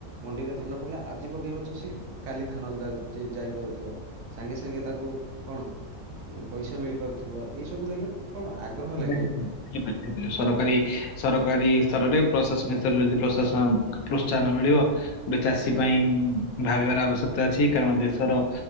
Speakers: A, on the right (about 85°); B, on the left (about 75°).
A: ମଣ୍ଡିରେ ଧାନ ପଡିଲେ ଆଜି ପକେଇବ ଚାଷି କାଲି ଧାନ ଯାଉ ଯାଇ ପାରୁଥିବ। ସାଙ୍ଗେ ସାଙ୍ଗେ ତାକୁ କଣ ଉଁ ପଇସା ମିଳି ପାରୁଥିବ ଏଇ ସବୁ ହେଲେ କଣ ଆଗ୍ରହ ଲାଗିବ।
B: ହୁଁ ହୁଁ। ହେଇପାରିବା ହେଇପାରିବା ସରକାରୀ ସରକାରୀ ସ୍ତରରେ ପ୍ରଶାସନିକ ସ୍ତରରେ ଯଦି ପ୍ରଶାସନ ପ୍ରୋତ୍ସାହନ ମିଳିବ ଗୋଟେ ଚାଷୀ
A: ଆଜ୍ଞା
B: ପାଇଁ ଭାବିବାର ଆବଶ୍ୟକତା ଅଛି କାରଣ ଦେଶର